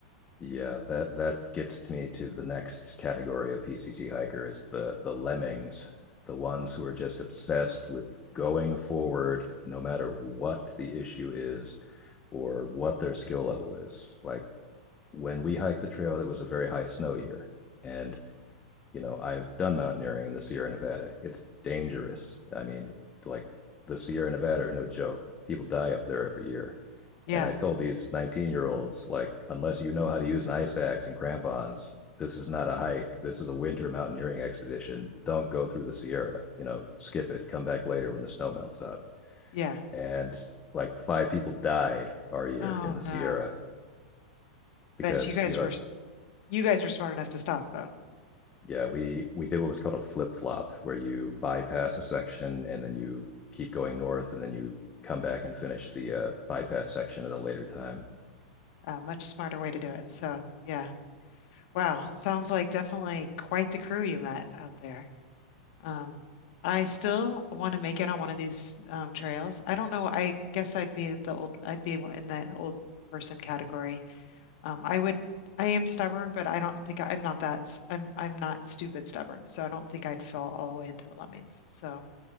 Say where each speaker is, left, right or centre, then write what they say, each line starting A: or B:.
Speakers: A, on the left; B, on the left.
A: Yeah, that that gets me to the next category of PCT hikers, the the lemmings, the ones who are just obsessed with going forward no matter what the issue is or what their skill level is. Like when we hiked the trail, it was a very high snow year and you know, I've done mountaineering in the Sierra Nevada. It's dangerous. I mean, like the Sierra Nevada are no joke. People die up there every year.
B: Yeah.
A: And I told these 19 year olds, like, unless you know how to use an ice axe and crampons, this is not a hike. This is a winter mountaineering expedition. Don't go through the Sierra, you know, skip it. Come back later when the snow melts out.
B: Yeah.
A: And like five people died our year
B: Oh
A: in
B: no.
A: the Sierra because,
B: But you guys
A: you know,
B: were s- you guys were smart enough to stop though.
A: Yeah, we we did what was called a flip flop, where you bypass a section and then you keep going north, and then you come back and finish the uh, bypass section at a later time.
B: a much smarter way to do it. So, yeah. Wow. Sounds like definitely quite the crew you met out there. Um, I still want to make it on one of these um, trails. I don't know. I guess I'd be the old, I'd be in the old person category. Um, I would, I am stubborn, but I don't think I, am not that, s- I'm, I'm not stupid stubborn. So I don't think I'd fall all the way into the lemmings. So